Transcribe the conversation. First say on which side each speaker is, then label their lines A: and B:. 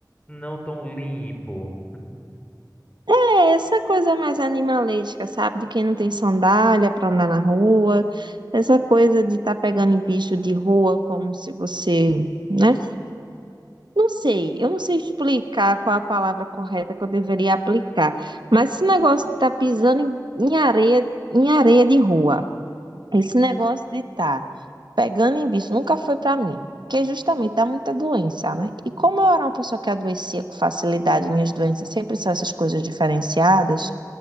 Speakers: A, on the left; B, on the right.
A: não tão limpo.
B: É essa coisa mais animalesca, sabe? De quem não tem sandália para andar na rua, essa coisa de estar pegando em bicho de rua como se você, né? Não sei, eu não sei explicar qual a palavra correta que eu deveria aplicar, mas esse negócio de estar pisando em em areia, em areia de rua. Esse negócio de estar pegando em bicho nunca foi pra mim, porque justamente dá muita doença, né? E como eu era uma pessoa que adoecia com facilidade, minhas doenças sempre são essas coisas diferenciadas,